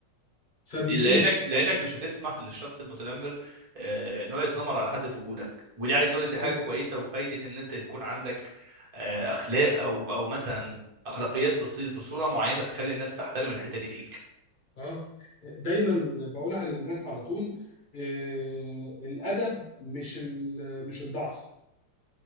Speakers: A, on the left (about 40°); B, on the right (about 45°).
A: فبيتوه
B: لانك لانك مش هتسمح للشخص المتنمر آه، ان هو يتنمر على حد في وجودك ودي عايز اقول لك دي حاجه
A: أيوه.
B: كويسه وفايده ان انت يكون عندك آه، اخلاق او او مثلا اخلاقيات بصي- بصوره معينه تخلي الناس تحترم الحته دي فيك
A: اه دايما بقولها للناس على طول آه، الادب مش ال- مش الضعف